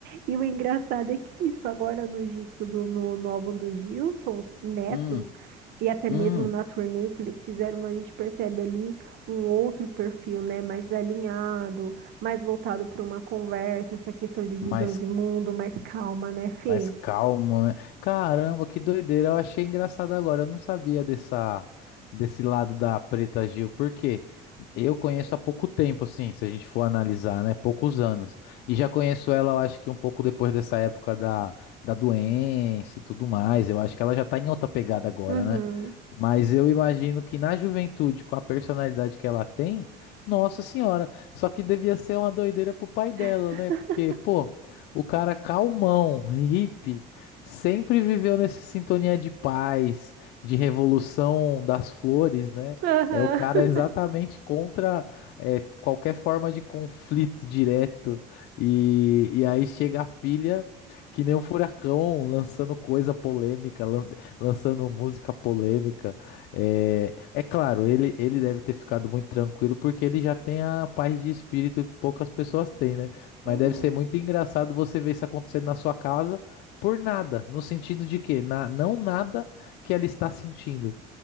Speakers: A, on the right; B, on the left.
A: E o engraçado é que isso agora no disco do no, no álbum do Gilson, os Netos,
B: Hum,
A: e até
B: hum,
A: mesmo na turnê que eles fizeram, a gente percebe ali um outro perfil, né? Mais alinhado, mais voltado para uma conversa, essa questão de visão
B: mas,
A: de mundo, mais calma, né, Fê?
B: Mais calmo, né? Caramba, que doideira. Eu achei engraçado agora. Eu não sabia dessa, desse lado da Preta Gil, porque eu conheço há pouco tempo, assim, se a gente for analisar, né? Poucos anos. E já conheço ela, eu acho que um pouco depois dessa época da, da doença e tudo mais. Eu acho que ela já tá em outra pegada agora,
A: Uhum.
B: né? Mas eu imagino que na juventude, com a personalidade que ela tem, nossa senhora, só que devia ser uma doideira pro pai dela,
A: <laughs>
B: né? Porque, pô. O cara calmão, hippie, sempre viveu nessa sintonia de paz, de revolução das flores, né?
A: Aham.
B: É o cara exatamente contra é, qualquer forma de conflito direto. E, e aí chega a filha, que nem um furacão, lançando coisa polêmica, lan- lançando música polêmica. É, é claro, ele, ele deve ter ficado muito tranquilo, porque ele já tem a paz de espírito que poucas pessoas têm, né?
A: Uhum.
B: Mas deve ser muito engraçado você ver isso acontecendo na sua casa por nada, no sentido de que na, não nada que ela está sentindo,